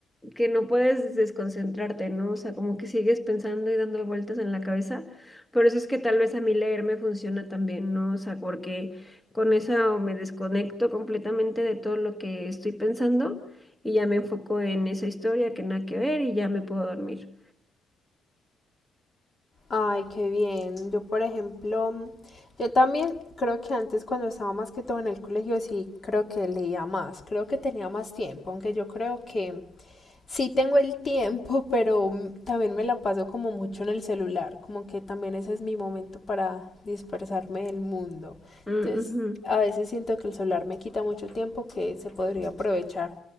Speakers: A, in the centre; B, on the left.
A: que no puedes desconcentrarte, ¿no? O sea, como que sigues pensando y dando vueltas en la cabeza. Por eso es que tal vez a mí leer me funciona también, ¿no? O sea, porque con eso me desconecto completamente de todo lo que estoy pensando y ya me enfoco en esa historia que nada que ver y ya me puedo dormir.
B: Ay, qué bien. Yo, por ejemplo, yo también creo que antes cuando estaba más que todo en el colegio, sí creo que leía más, creo que tenía más tiempo, aunque yo creo que sí tengo el tiempo, <laughs> pero mm, también me la paso como mucho en el celular, como que también ese es mi momento para dispersarme del mundo.
A: Mm,
B: Entonces,
A: ujú.
B: a veces siento que el celular me quita mucho tiempo que se podría aprovechar